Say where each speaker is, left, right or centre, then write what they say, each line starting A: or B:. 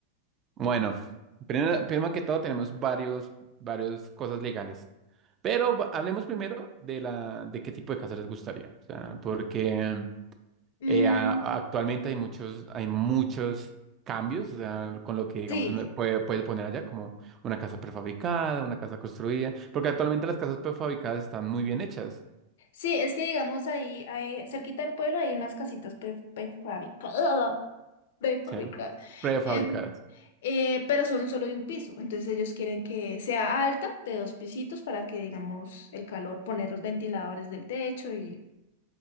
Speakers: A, on the right; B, on the left.
A: Bueno, primero, primero que todo tenemos varios, varios cosas legales, pero va- hablemos primero de la, de qué tipo de casa les gustaría, o sea, porque
B: Mm,
A: eh, a- a- actualmente hay muchos, hay muchos cambios, o sea, con lo que digamos
B: sí,
A: uno puede, puede poner allá como una casa prefabricada, una casa construida, porque actualmente las casas prefabricadas están muy bien hechas,
B: sí, es que digamos ahí, ahí cerquita del pueblo hay unas casitas pre- prefabricadas, <laughs> prefabricadas,
A: ¿sí? Prefabricadas.
B: em, eh, pero son solo de un piso, entonces ellos quieren que sea alta, de dos pisitos, para que digamos el calor, poner los ventiladores del techo y,